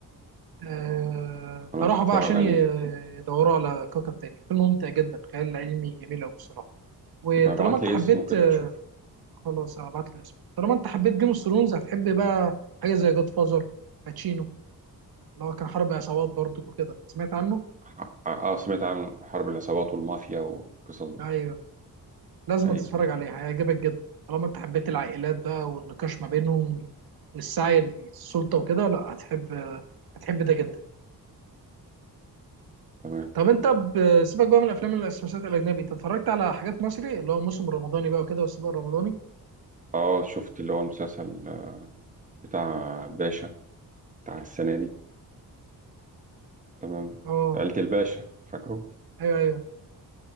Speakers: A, on the right (about 70°); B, on the right (about 20°).
A: آه،
B: خلاص
A: فراحوا
B: اتفرج
A: بقى عشان
B: عليه
A: ي-
B: ده
A: يدوروا على كوكب تاني فيلم ممتع جدا خيال علمي جميل أوي الصراحة وطالما
B: يبقى ابعت
A: أنت
B: لي
A: حبيت
B: اسمه كده بشوف
A: خلاص هبعت لي اسمه طالما أنت حبيت جيم اوف ثرونز هتحب بقى حاجة زي جاد فازر باتشينو اللي هو كان حرب عصابات برضك وكده سمعت عنه؟
B: اه آه، سمعت عن حرب العصابات والمافيا والقصص دي
A: أيوه لازم
B: ايوه
A: تتفرج عليه هيعجبك جدا طالما أنت حبيت العائلات بقى والنقاش ما بينهم والسعي للسلطة وكده لا هتحب هتحب ده جدا
B: تمام
A: طب انت ب- سيبك بقى من الافلام والمسلسلات الاجنبي انت اتفرجت على حاجات مصري اللي هو موسم الرمضاني بقى وكده والسباق الرمضاني
B: اه شفت اللي هو المسلسل آه، بتاع باشا بتاع السنة دي تمام
A: اه
B: عيلة الباشا فاكره
A: ايوه ايوه